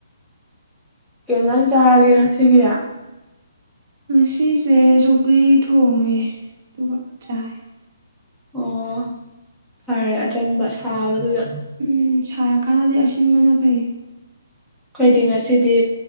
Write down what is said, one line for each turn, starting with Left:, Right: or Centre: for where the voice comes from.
Centre: ꯀꯩ ꯌꯦꯟꯖꯥꯡ ꯆꯥꯔꯒꯦ ꯉꯁꯤꯒꯤ
Right: ꯉꯁꯤꯁꯦ ꯁꯧꯒ꯭ꯔꯤ ꯊꯣꯡꯉꯦ ꯑꯗꯨꯒ ꯆꯥꯏ
Centre: ꯑꯣ ꯐꯔꯦ ꯑꯆꯝꯕ ꯁꯥꯕꯗꯨꯗ
Right: ꯎꯝ ꯁꯥꯔꯀꯥꯟꯗꯗꯤ ꯑꯁꯤꯟꯕꯅ ꯐꯩꯌꯦ
Centre: ꯑꯩꯈꯣꯏꯗꯤ ꯉꯁꯤꯗꯤ